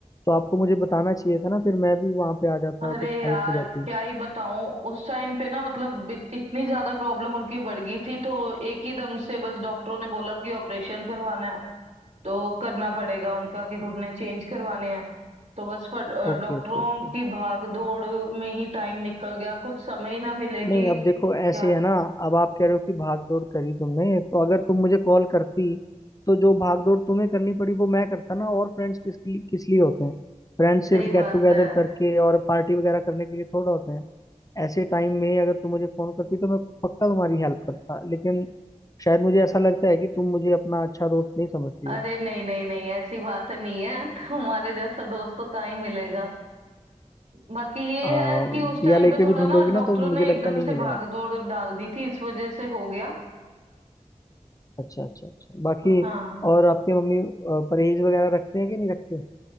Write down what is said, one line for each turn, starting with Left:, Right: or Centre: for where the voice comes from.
Left: तो आपको मुझे बताना चाहिए था ना फिर मैं भी वहाँ पे आ जाता
Right: अरे
Left: कुछ
Right: यार
Left: हेल्प हो जाती
Right: क्या ही बताऊं उस टाइम पे ना मतलब बित- इतनी ज्यादा प्रॉब्लम उनकी बढ़ गई थी तो एक ही दम से बस डॉक्टरों ने बोला कि ऑपरेशन करवाना है तो करना पड़ेगा उनका कि घुटने चेंज करवाने हैं तो बस फट- अ,
Left: Okay
Right: डॉक्टरों
Left: okay okay
Right: की भाग दौड़ में ही टाइम निकल गया कुछ समय ही ना मिले कि
Left: नहीं अब
Right: क्या
Left: देखो ऐसे है ना अब आप कह रहे हो कि भाग दौड़ करी तुमने तो अगर तुम मुझे कॉल करती तो जो भाग दौड़ तुम्हें करनी पड़ी वो मैं करता ना और फ्रेंड्स किस लिए किस लिए होते हैं फ्रेंड्स
Right: सही
Left: सिर्फ गेट
Right: बात
Left: टुगेदर
Right: है
Left: करके और पार्टी वगैरह करने के लिए थोड़ा होते हैं ऐसे टाइम में अगर तुम मुझे फोन करती तो मैं पक्का तुम्हारी हेल्प करता लेकिन शायद मुझे ऐसा लगता है कि तुम मुझे अपना अच्छा दोस्त नहीं समझती
Right: अरे
Left: हो
Right: नहीं नहीं नहीं ऐसी बात नहीं है <laughs> तुम्हारे जैसा दोस्त तो कहाँ ही मिलेगा बाकी ये
Left: आ,
Right: है कि उस
Left: दिया
Right: टाइम
Left: लेके
Right: पे थोड़ा
Left: भी ढूंढोगी
Right: ना
Left: ना
Right: डॉक्टरों
Left: तो मुझे
Right: ने
Left: लगता
Right: एकदम
Left: नहीं
Right: से
Left: मिलेगा
Right: भाग दौड़ डाल दी थी इस वजह से हो गया
Left: अच्छा अच्छा अच्छा बाकी
Right: हाँ हाँ
Left: और आपके मम्मी अ, परहेज वगैरह रखते हैं कि नहीं रखते